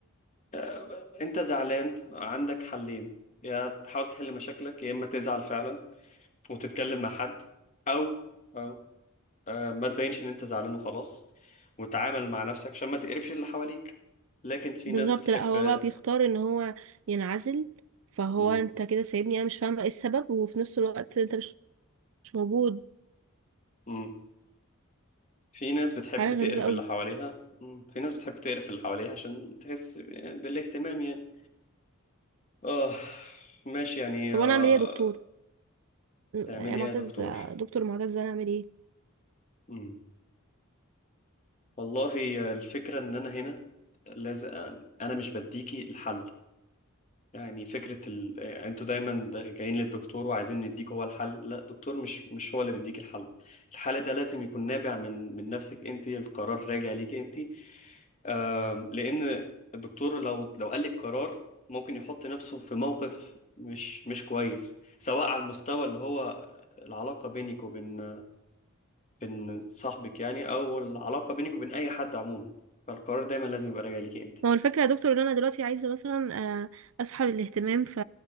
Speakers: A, on the left (about 35°); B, on the right (about 65°).
A: آه، انت زعلان عندك حلين يا تحاول تحل مشاكلك يا اما تزعل فعلا وتتكلم مع حد او او آه، ما تبينش ان انت زعلان وخلاص وتعامل مع نفسك عشان ما تقرفش اللي حواليك لكن في
B: بالظبط
A: ناس بتحب
B: لا هو بقى بيختار ان هو ينعزل فهو
A: مم.
B: انت كده سايبني انا مش فاهمه ايه السبب وفي نفس الوقت انت مش مش موجود
A: مم. في ناس بتحب
B: حاجه
A: تقرف
B: غريبه قوي
A: اللي حواليها مم. في ناس بتحب تقرف اللي حواليها عشان تحس بالاهتمام يعني اه ماشي يعني
B: طب
A: آه
B: انا اعمل ايه يا دكتور
A: تعملي
B: يا معتز
A: ايه يا دكتور
B: دكتور معتز انا اعمل ايه
A: امم والله الفكره ان انا هنا لازم انا مش بديكي الحل يعني فكره ال... انتوا دايما دا- جايين للدكتور وعايزين نديك هو الحل لا الدكتور مش مش هو اللي بيديك الحل الحل ده لازم يكون نابع من من نفسك انت القرار راجع ليكي انت آم، لان الدكتور لو لو قال لك قرار ممكن يحط نفسه في موقف مش مش كويس سواء على المستوى اللي هو العلاقه بينك وبين بين صاحبك يعني او العلاقه بينك وبين اي حد عموما فالقرار دايما لازم يبقى راجع ليك انت
B: ما هو الفكره يا دكتور ان انا دلوقتي عايزه مثلا آه، اسحب الاهتمام ف...